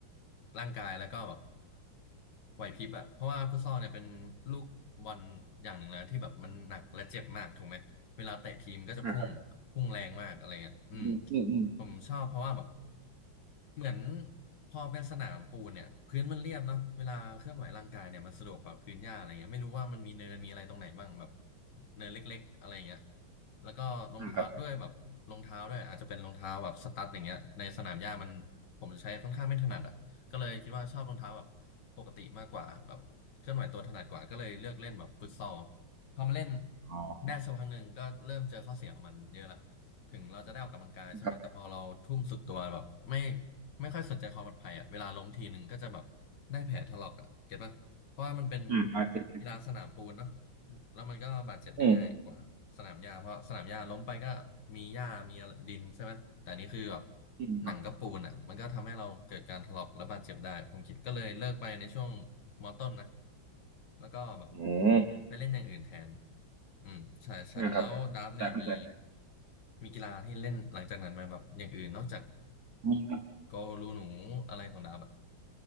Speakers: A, on the left (about 60°); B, on the right (about 50°).
A: ร่างกายแล้วก็แบบ ไหวพริบอะเพราะว่าฟุตซอลเนี่ยเป็นลูกบอลอย่างหนึ่งแล้วที่แบบมันหนักและเจ็บมากถูกไหมเวลาเตะทีมก็จะพุ่งพุ่งแรงมากอะไรเงี้ยอืม
B: อ่าครับอืมอืมอืม
A: ผมชอบเพราะว่าแบบเหมือนพอเป็นสนามปูนเนี่ยพื้นมันเรียบเนาะเวลาเคลื่อนไหวร่างกายเนี่ยมันสะดวกกว่าพื้นหญ้าอะไรเงี้ยไม่รู้ว่ามันมีเนินมีอะไรตรงไหนบ้างแบบเนินเล็กๆอะไรเงี้ยแล้วก็รองเท้าด้วยแบบรองเท้าด้วยอาจจะเป็นรองเท้าแบบสตั๊ดอย่างเงี้ยในสนามหญ้ามันผมใช้ค่อนข้างไม่ถนัดอะก็เลยคิดว่าชอบรองเท้าแบบ
B: อ่าครับ
A: ปกติมากกว่าแบบเคลื่อนไหวตัวถนัดกว่าก็เลยเลือกเล่นแบบฟุตซอลพอมาเล่น
B: อ๋อ
A: ได้สักพักหนึ่งก็เริ่มเจอข้อเสียของมันเยอะละถึงเราจะได้ออกกำลังกายใช่ไหมแต่พอเราทุ่มสุดตัวแบบไม่
B: ครับ
A: ไม่ค่อยสนใจความปลอดภัยอ่ะเวลาล้มทีหนึ่งก็จะแบบได้แผลถลอกอ่ะเก็ตป่ะเพราะว่ามันเป็น
B: อ่าอ่าติดติด
A: กีฬาสนามปูนเนาะ แล้วมันก็บาดเจ็บได้ง่ายกว่าสนามหญ้าเพราะสนามหญ้าล้มไปก็มีหญ้ามีดินใช่ไหมแต่อันนี้คือแบบ
B: อืมอืมครับ
A: หนังกับปูนอ่ะมันก็ทำให้เราเกิดการถลอกและบาดเจ็บได้ผมคิดก็เลยเลิกไปในช่วงมอต้นนะแล้วก็แบบ
B: อืม
A: ไปเล่นอย่างอื่นแทนอืมใช่ใช่แล้วดับเนี่ยมี
B: อ่าครับแต่ก็แต่
A: มีกีฬาที่เล่นหลังจากนั้นไหมาแบบอย่างอื่นนอกจาก
B: มีครับ
A: โกลูหนูอะไรของดับอ่ะ